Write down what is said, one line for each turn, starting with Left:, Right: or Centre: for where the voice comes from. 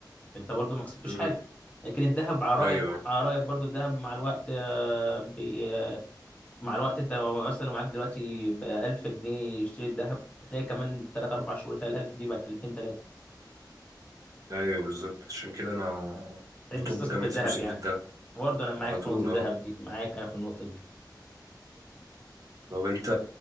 Left: انت برضو ما كسبتش
Right: مم.
Left: حاجه لكن الذهب على رايك
Right: ايوه
Left: على رايك برضو الذهب مع الوقت آه، بي آه، مع الوقت انت لو مثلا لو معاك دلوقتي بقى 1000 جنيه يشتري الذهب هتلاقي كمان 3 4 شهور تلاقي ال 1000 دي بقت 2000 3
Right: ايوه بالظبط عشان كده انا
Left: تحب
Right: على طول
Left: تستثمر
Right: بجمد
Left: في الذهب
Right: فلوسي
Left: يعني
Right: في ده
Left: برضه انا معاك
Right: على طول
Left: في نقطه الذهب
Right: اه
Left: دي معاك انا في النقطه دي
Right: لو انت